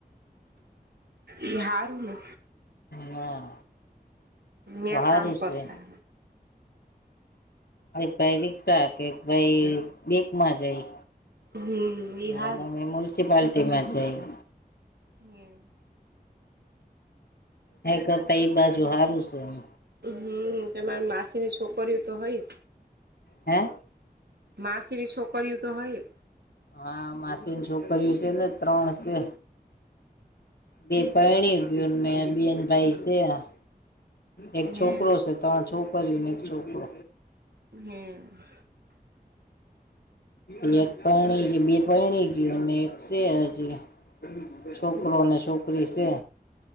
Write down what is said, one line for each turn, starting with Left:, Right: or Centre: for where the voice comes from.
Right: એ હારું ને.
Left: ના,
Right: ન્યા
Left: એ હારું
Right: કામ કરતા
Left: છે. એક ભાઈ રિક્ષા કે એક ભાઈ બેકમાં જાય.
Right: હમ ઈ હારું
Left: ને મમ્મી મુયુનિસિપાલટીમાં જાય.
Right: હમ્મ.
Left: હે કરતા એ બાજુ સારું છે, એમ.
Right: હમ્મ, તમારી માસીની છોકરીઓ તો હોય.
Left: હે?
Right: માસીની છોકરીઓ તો હોય.
Left: હા, માસીની છોકરીઓ છે ને, ત્રણ છે. બે પહેણી ગયુંને બેન ભાઈ છે આ. એક
Right: હે
Left: છોકરો છે, ત્રણ છોકરરીયું ને એક છોકરો.
Right: હમ્મ.
Left: ને એક પરણી બે પરણી ગયું અને એક છે, હજી. છોકરો ને છોકરી છે.